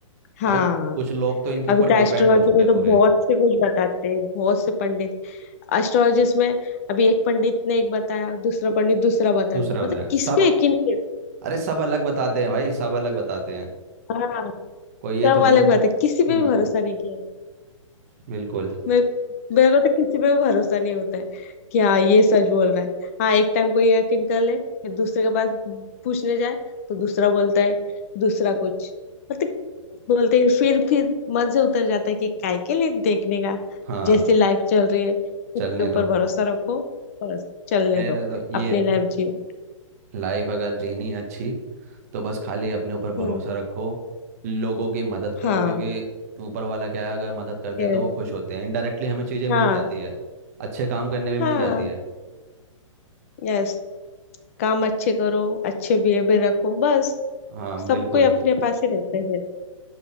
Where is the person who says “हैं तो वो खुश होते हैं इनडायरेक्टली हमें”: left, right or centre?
Right